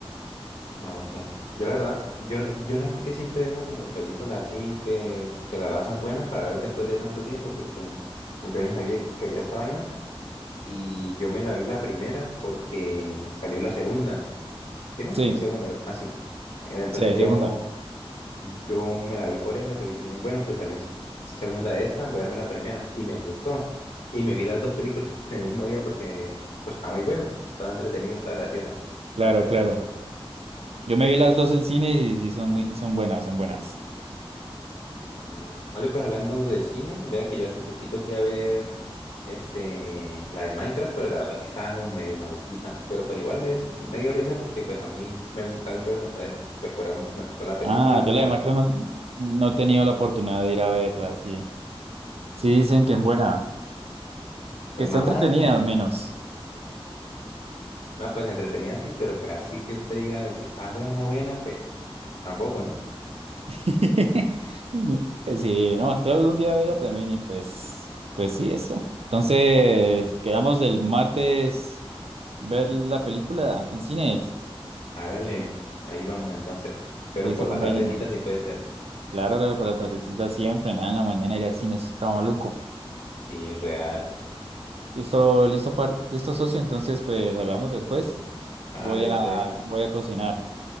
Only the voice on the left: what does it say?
No, sí. Yo la verdad, yo, no- yo no sé por qué siempre dejo como películas así que, que la verdad son buenas para ver después de tanto tiempo, porque yo ni sabía que había esa vaina y yo me la vi la primera porque salió la segunda, ¿sí no?
Y segunda, así. Entonces
yo
Yo me la vi por esa, porque dije, bueno, pues salió s- segunda de esta, voy a darme la primera. Y me gustó. Y me vi las dos películas <laughs> en el mismo día porque pues, estaba muy bueno, estaba entretenido, estaba gracioso, estaba
chévere.
No. Vale, pues hablando de cine, vea que yo hace poquito fui a ver este, la de Minecraft, pero la verdad es que estaba como medio maluquita. Pero pues igual me, me dio risa porque pues a mí me gusta el juego, entonces pues por eso me gustó la película,
aunque
pues
no
tanto.
No, pues entretenida sí, pero pues así que usted diga que está buena, buena, pues Tampoco, ¿no?
Hágale, ahí vamos entonces. Pero
por
la tardecita sí puede ser.
Sí, real.
Hágale
entonces,